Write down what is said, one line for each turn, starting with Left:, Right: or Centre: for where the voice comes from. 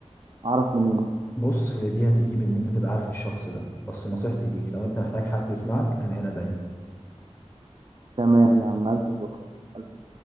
Right: اعرف منين
Left: بص هي دي هتيجي بان انت تبقى عارف الشخص ده بس نصيحتي ليك لو انت محتاج حد يسمعك انا هنا دايما
Right: تمام يا عم الف شكر يا عم. الف